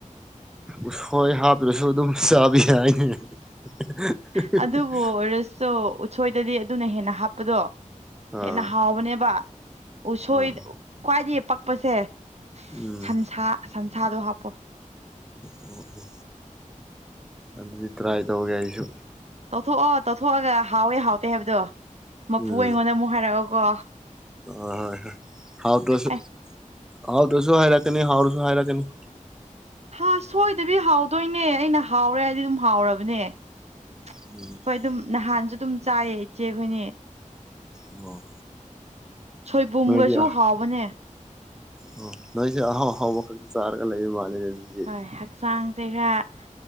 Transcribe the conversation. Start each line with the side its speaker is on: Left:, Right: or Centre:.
Centre: ꯎꯁꯣꯏ ꯍꯥꯄꯂꯁꯨ ꯑꯗꯨꯝ ꯆꯥꯕꯤ <unintelligible>
Right: ꯑꯗꯨꯕꯨ ꯑꯣꯏꯔꯁꯨ ꯎꯁꯣꯏꯗꯗꯤ ꯑꯗꯨꯅ ꯍꯦꯟꯅ ꯍꯥꯞꯄꯗꯣ
Centre: ꯑꯥ
Right: ꯍꯦꯟꯅ ꯍꯥꯎꯕꯅꯦꯕ ꯎꯁꯣꯏ
Centre: ꯑꯥ
Right: ꯈ꯭ꯋꯥꯏꯗꯩ ꯄꯛꯄꯖꯦ
Centre: ꯎꯝ
Right: ꯁꯟꯁꯥ ꯁꯟꯁꯥꯗꯣ ꯍꯥꯞꯄꯣ
Centre: ꯑꯣ ꯑꯣ ꯑꯗꯨꯗꯤ ꯇ꯭ꯔꯥꯏ ꯇꯧꯒꯦ ꯑꯩꯁꯨ
Right: ꯇꯧꯊꯣꯛꯑꯣ ꯇꯧꯊꯣꯛꯑꯒ ꯍꯥꯎꯋꯦ ꯍꯥꯎꯇꯦ ꯍꯥꯏꯕꯗꯣ ꯃꯄꯨ
Centre: ꯎꯝ
Right: ꯑꯩꯉꯣꯟꯗ ꯑꯃꯨꯛ ꯍꯥꯏꯔꯛꯑꯣꯀꯣ
Centre: ꯍꯣꯏ ꯍꯣꯏ ꯍꯥꯎꯇ꯭ꯔꯁꯨ
Right: ꯑꯩ
Centre: ꯍꯥꯎꯇ꯭ꯔꯁꯨ ꯍꯥꯏꯔꯛꯀꯅꯤ ꯍꯥꯎꯔꯁꯨ ꯍꯥꯏꯔꯛꯀꯅꯤ
Right: ꯍꯥ ꯁꯣꯏꯗꯕꯤ ꯍꯥꯎꯗꯣꯏꯅꯦ ꯑꯩꯅ ꯍꯥꯎꯔꯦ ꯍꯥꯏꯗꯤ ꯑꯗꯨꯝ ꯍꯥꯎꯔꯕꯅꯦ ꯍꯣꯏ
Centre: ꯎꯝ
Right: ꯑꯗꯨꯝ ꯅꯍꯥꯟꯁꯨ ꯑꯗꯨꯝ ꯆꯥꯏꯌꯦ ꯏꯆꯦ ꯈꯣꯏꯅꯦ
Centre: ꯑꯣ
Right: ꯁꯣꯏꯕꯨꯝꯒꯁꯨ
Centre: ꯅꯣꯏꯗꯤ ꯑ
Right: ꯍꯥꯎꯕꯅꯦ
Centre: ꯑꯣ ꯅꯣꯏꯁ ꯑꯍꯥꯎ ꯑꯍꯥꯎꯕꯈꯛꯇ ꯆꯥꯔꯒ ꯂꯩꯕ ꯃꯥꯜꯂꯦꯅꯦ ꯑꯗꯨꯗꯤ
Right: ꯍꯣꯏ ꯍꯛꯆꯥꯡ ꯆꯩꯔꯥꯛ